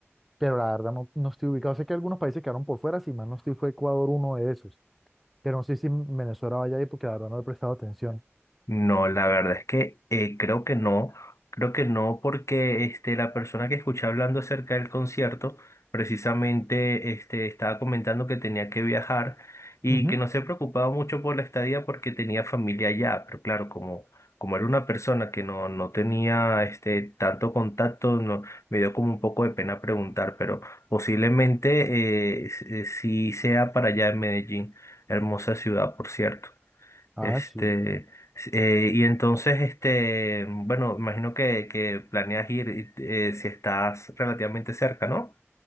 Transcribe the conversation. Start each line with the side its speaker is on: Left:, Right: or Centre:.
Centre: Pero la verdad no, no estoy ubicado. Sé que algunos países quedaron por fuera, si mal no estoy, fue Ecuador uno de esos. Pero no sé si Venezuela vaya ahí porque la verdad no he prestado atención.
Left: No, la verdad es que eh, creo que no, creo que no porque este, la persona que escuché hablando acerca del concierto precisamente este, estaba comentando que tenía que viajar y
Centre: Ujú.
Left: que no se preocupaba mucho por la estadía porque tenía familia allá, pero claro, como, como era una persona que no, no tenía este, tanto contacto, no, me dio como un poco de pena preguntar, pero posiblemente eh, s- eh, sí sea para allá en Medellín, hermosa ciudad, por cierto.
Centre: Ah,
Left: Este,
Centre: sí.
Left: s- eh, y entonces, este, bueno, imagino que, que planeas ir y, eh, si estás relativamente cerca, ¿no?